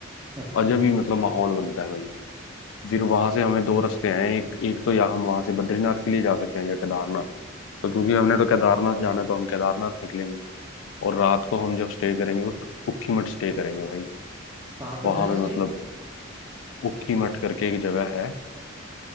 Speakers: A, on the right; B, on the left.
A: अच्छा
B: अजब ही मतलब माहौल बनता है भाई फिर वहां से हमें दो रास्ते हैं एक एक तो या हम वहां से बद्रीनाथ के लिए जा सकते हैं या केदारनाथ तो क्योंकि हमने तो केदारनाथ जाना है तो हम केदारनाथ निकलेंगे और रात को हम जब स्टे करेंगे वो उखी मठ स्टे करेंगे भाई
A: कहाँ पे
B: वहां
A: करेंगे
B: पे
A: स्टे
B: मतलब उखी मठ करके एक जगह है